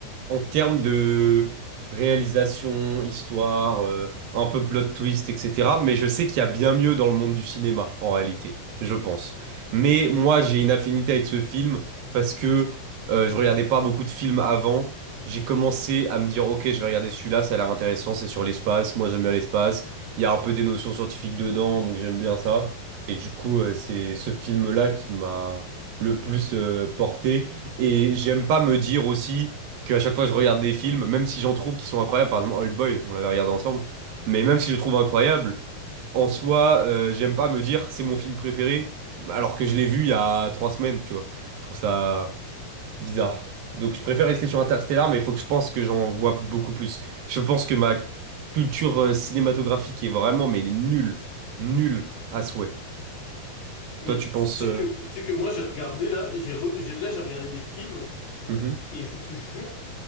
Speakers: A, on the right; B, on the left.
A: en termes de réalisation, histoire, euh, un peu plot twist, etc. Mais je sais qu'il y a bien mieux dans le monde du cinéma, en réalité, je pense. Mais moi, j'ai une affinité avec ce film parce que euh, je regardais pas beaucoup de films avant. J'ai commencé à me dire, ok, je vais regarder celui-là, ça a l'air intéressant, c'est sur l'espace, moi j'aime bien l'espace. Il y a un peu des notions scientifiques dedans, donc j'aime bien ça. Et du coup, euh, c'est ce film-là qui m'a le plus euh, porté. Et j'aime pas me dire aussi que à chaque fois je regarde des films, même si j'en trouve qui sont incroyables, par exemple Old Boy, on l'avait regardé ensemble, mais même si je le trouve incroyable, en soi, euh, j'aime pas me dire c'est mon film préféré, alors que je l'ai vu il y a trois semaines, tu vois. Je trouve ça bizarre. Donc je préfère rester sur Interstellar, mais il faut que je pense que j'en vois beaucoup plus. Je pense que ma culture euh, cinématographique est vraiment, mais nulle, nulle à souhait.
B: Mais
A: Toi, tu penses...
B: tu sais
A: euh,
B: que, tu sais que moi, j'ai regardé là, j'ai re- j'ai- là, j'ai regardé des films,
A: mhm.
B: et je te jure,